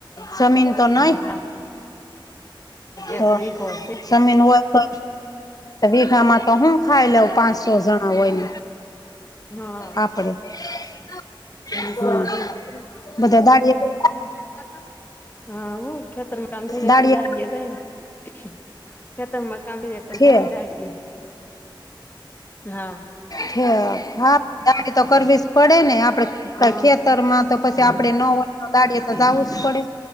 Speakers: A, on the left (about 45°); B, on the left (about 25°).
A: જમીન તો નઈ
B: હા.
A: તો
B: એક વીઘો શે.
A: જમીન હોય તો વીઘામાં તો હું ખાઈ લેવુ પાંચસો જણા હોયન.
B: હા
A: આપડે હન,
B: સો જણ
A: બધા દાડીયા
B: <unintelligible> હા, હો ખેતરમાં કામ થઈ જાય
A: દાળએ
B: પશ દાડીએ જાય હુ. ખેતરમાં કામ થઈ જાય પશ
A: છે
B: જાય દાડીએ, હા.
A: થ હા, દાડી તો કરવી જ પડેને આપડે
B: હા
A: ખેતરમાં તો પસી આપડે ન હોય તો દાડીએે તો જાવું જ પડે.